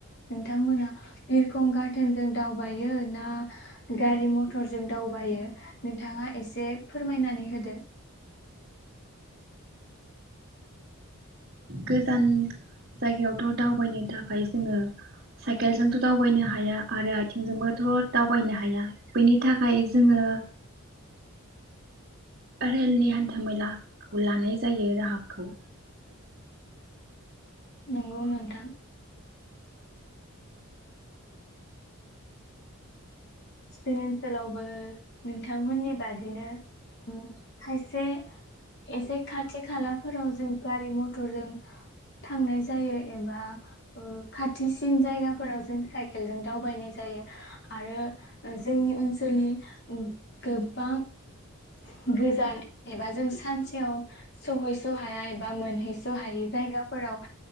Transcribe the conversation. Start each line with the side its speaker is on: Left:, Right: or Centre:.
Left: नोंथांमोना बिरखं गाथोनजों दावबायो ना गारि मथरजों दावबायो नोंथाङा एसे फोरमायनानै होदो।
Right: गोजान जायगायावथ' दावबायनो थाखाय जोङो साइकेलजोंथ' दावबायनो हाया आरो आइथिंजोंबोथ' दावबायनो हाया बैनि थाखाय जोंङो रेलनि हान्था मेलाखौ लानाय जायो राहाखौ
Left: नोंगौ नोंथां। जोंनि ओनसोलावबो नोंथांमोननि बादिनो ओम खायसे एसे खाथि खालाफोराव जों गारि मथरजों थांनाय जायो एबा ओ खाथिसिन जायगाफोराव जों साइकेलजों दावबायनाय जायो आरो। जोंनि ओनसोलनि ओ गोबांक गोजान एबा जों सानसेयाव सहैस' हाया एबा मोनहैस' हायै जायगाफोराव